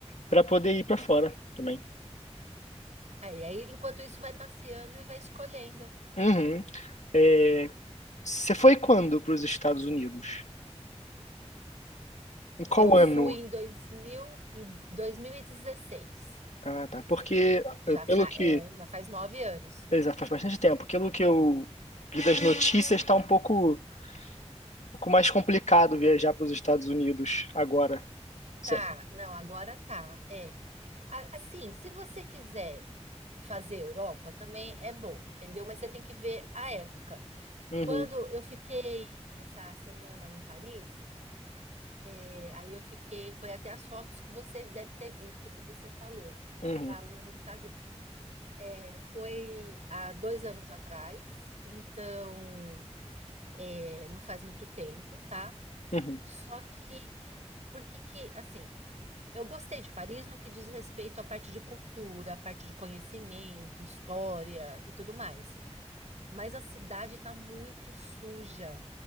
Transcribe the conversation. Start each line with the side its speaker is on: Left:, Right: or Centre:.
Left: para poder ir para fora também.
Right: É, e aí, enquanto isso, vai passeando e vai escolhendo.
Left: Uhum. É, você foi quando para os Estados Unidos? Em qual
Right: Eu fui
Left: ano?
Right: em 2000, em 2016.
Left: Ah, tá. Porque,
Right: Já,
Left: eh,
Right: fa
Left: pelo que.
Right: é, já faz nove anos.
Left: Exato, faz bastante tempo. Pelo que eu vi das notícias, está um pouco pouco mais complicado viajar para os Estados Unidos agora. Sim.
Right: Tá, não, agora tá. É. A- Assim, se você quiser fazer Europa, também é bom, entendeu? Mas você tem que ver a época.
Left: Uhum,
Right: Quando eu fiquei essa semana em Paris, é, aí eu fiquei, foi até as fotos que você deve ter visto, que você falou
Left: uhum,
Right: lá no meu Instagram. É, foi há dois anos atrás, então é, não faz muito tempo, tá?
Left: uhum.
Right: Só que, porque que, assim, eu gostei de Paris no que diz respeito à parte de cultura, à parte de conhecimento, história e tudo mais. Mas a cidade tá muito suja,